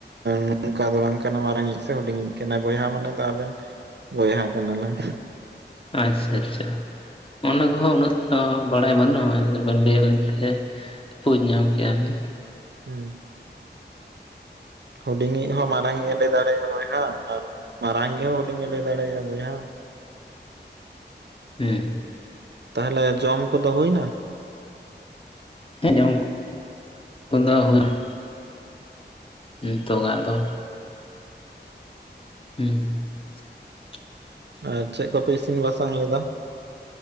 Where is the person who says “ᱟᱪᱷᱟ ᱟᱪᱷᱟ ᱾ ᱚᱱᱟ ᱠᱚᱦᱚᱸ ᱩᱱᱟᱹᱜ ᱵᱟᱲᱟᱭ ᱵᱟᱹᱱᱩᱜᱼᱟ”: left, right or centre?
Left